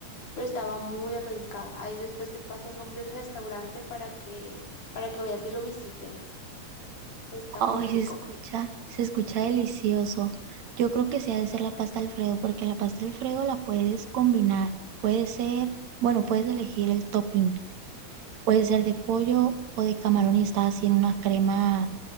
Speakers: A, on the left (about 85°); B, on the right (about 65°).
A: pero estaba muy rica. Ahí después te paso el nombre del restaurante para que, para que vayas y lo visites. Está
B: Ay,
A: muy rico.
B: se escucha, se escucha delicioso. Yo creo que sí ha de ser la pasta Alfredo, porque la pasta Alfredo la puedes combinar. Puede ser, bueno, puedes elegir el topping. Puede ser de pollo o de camarón y está así en una crema,